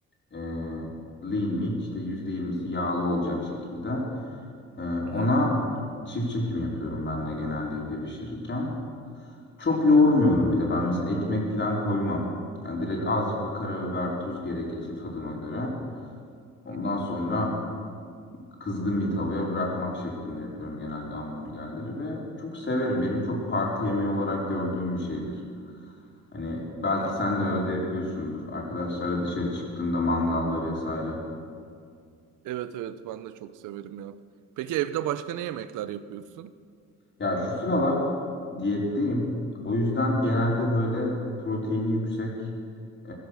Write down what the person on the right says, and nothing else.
Hı
hı.
Hı hı.
Hı
hı.
Evet evet ben de çok severim ya. Peki evde başka ne yemekler yapıyorsun?